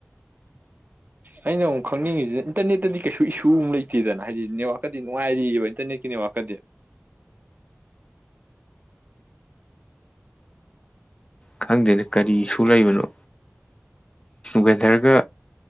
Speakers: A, on the right; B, on the left.
A: ꯑꯩꯅ ꯑꯃꯨꯛ ꯈꯪꯅꯤꯡꯉꯤꯁꯤꯅ ꯏꯟꯇꯔꯅꯦꯠꯇꯗꯤ ꯀꯩꯁꯨ ꯏꯁꯨ ꯑꯃ ꯂꯩꯇꯦꯗꯅ ꯍꯥꯏꯗꯤ ꯅꯦꯠꯋꯥꯛꯀꯗꯤ ꯅꯨꯡꯉꯥꯏꯔꯤꯑꯕ ꯏꯟꯇꯔꯅꯦꯠꯀꯤ ꯅꯦꯠꯋꯥꯛꯀꯗꯤ
B: ꯈꯪꯗꯦꯅꯦ ꯀꯔꯤꯁꯨ ꯂꯩꯕꯅꯣ ꯋꯦꯗꯔꯒ